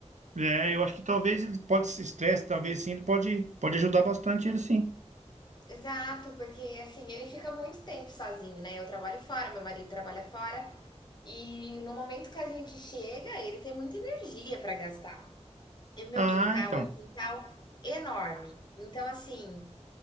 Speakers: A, on the right (about 85°); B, on the left (about 35°).
A: É, eu acho que talvez ele pode se estresse, talvez sim, ele pode, pode ajudar bastante ele sim.
B: Exato, porque assim, ele fica muito tempo sozinho, né? Eu trabalho fora, meu marido trabalha fora, e no momento que a gente chega, ele tem muita energia para gastar. E o meu
A: Ah,
B: quintal
A: então.
B: é um quintal enorme. Então, assim,